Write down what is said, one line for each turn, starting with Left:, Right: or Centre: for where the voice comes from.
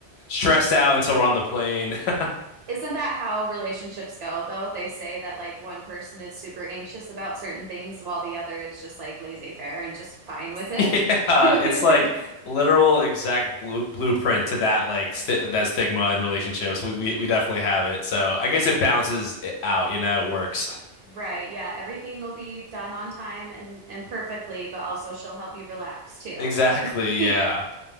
Left: stressed out until we're on the plane. <laughs>
Right: Isn't that how relationships go, though? They say that like one person is super anxious about certain things while the other is just like laissez-faire and just fine with it.
Left: Yeah,
Right: <laughs>
Left: it's like literal exact blue blueprint to that like st that stigma in relationships. We we we definitely have it. So I guess it balances it out, you know, it works. <laughs>
Right: Right, yeah, everything will be done on time and and perfectly, but also she'll help you relax too.
Left: Exactly,
Right: <laughs>
Left: yeah.